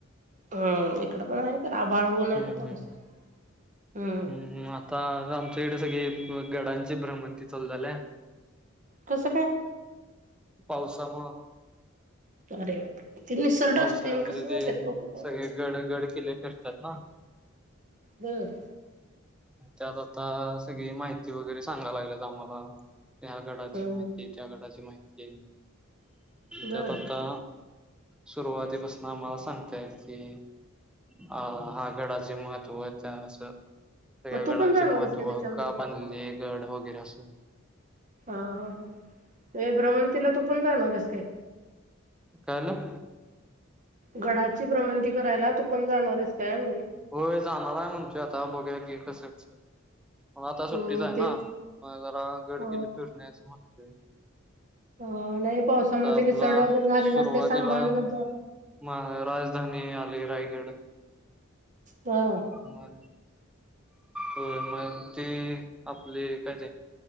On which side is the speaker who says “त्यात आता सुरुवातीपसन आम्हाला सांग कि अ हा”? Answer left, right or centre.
Centre